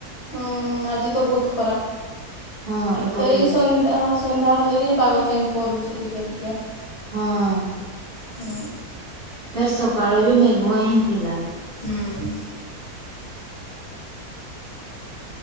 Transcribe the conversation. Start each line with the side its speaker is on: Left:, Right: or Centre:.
Left: ହୁଁ ଆଜି ତ ବହୁତ ଖରା।
Right: ହଁ ଏପଟେ
Left: ସେଇ
Right: ବି।
Left: ସନ୍ ତ ହଁ ସନ୍ଧ୍ୟା ହେଲେ ଯାଇଁ ପାଗ ଚେଞ୍ଜ କରୁଚି ଟିକେ ଟିକେ।
Right: ହଁ।
Left: ହୁଁ।
Right: ଫେର୍ ସକାଳେ ବି ମେଘୁଆ ହିଁ ଥିଲା।
Left: ହୁଁ।